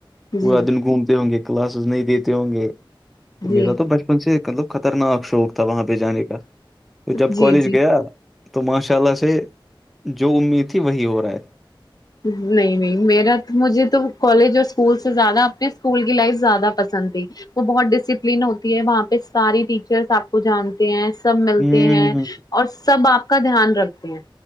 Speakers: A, on the left; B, in the centre.
A: جی
B: پورا دن گھومتے ہوں گے کلاسز نہیں دیتے ہوں گے تو
A: جی
B: میرا تو بچپن سے مطلب خطرناک شوق تھا وہاں پہ جانے کا تو جب
A: جی
B: کالج
A: جی
B: گیا تو ماشاء اللہ سے جو امید تھی وہی ہو رہا ہے
A: نہیں نہیں میرا مجھے تو کالج اور اسکول سے زیادہ اپنے اسکول کی لائف زیادہ پسند تھی وہ بہت ڈسپلین ہوتی ہے وہاں پہ ساری ٹیچرس آپ کو جانتے ہیں سب ملتے
B: ہوں
A: ہیں اور سب آپ کا دھیان رکھتے ہیں